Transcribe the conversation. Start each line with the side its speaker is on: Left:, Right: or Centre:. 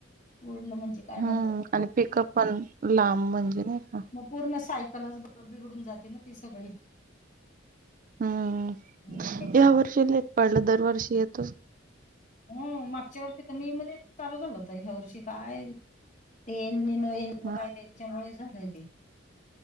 Left: कुडलं -म्हणजे काय-
Right: हं
Left: म्हणतात त्याला
Right: आणि पिकअप पण लांब म्हणजे नाही का?
Left: पूर्ण सायकलच बिघडून- जाते ना ती सगळी.
Right: हम्म..
Left: जी
Right: या वर्षीेत नाही लेट पाडला दरवर्षी येत
Left: हूं मागच्या वर्षी तर मे मध्ये चालू झालं होत ह्या वर्षी काय ते येनी न येल <unintelligible>
Right: हां,
Left: त्यांच्यामुळे झालय ते.